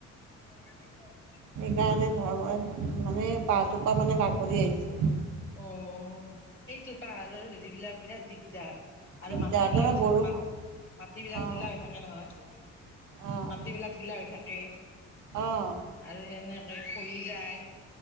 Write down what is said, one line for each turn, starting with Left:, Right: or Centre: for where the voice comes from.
Left: ন প <inaudible>
Right: সেইকাৰণে ধৰ্ম মানে বাহজোপা মানে বাগৰি আহিছে।
Left: অ' সেইটো পাহাৰৰ হেৰিবিলাক বিৰাট দিগদাৰ। আৰু
Right: দিগদাৰ
Left: মাটিবিলাক,
Right: তাৰমানে বৰষুণ
Left: মাটি বিলাক
Right: অ'
Left: ঢিলা হৈ থাকে নহয়।
Right: অ'
Left: মাটিবলাক ঢিলা হৈ থাকে
Right: অ'
Left: আৰু এনেকে <unintelligible> যায়।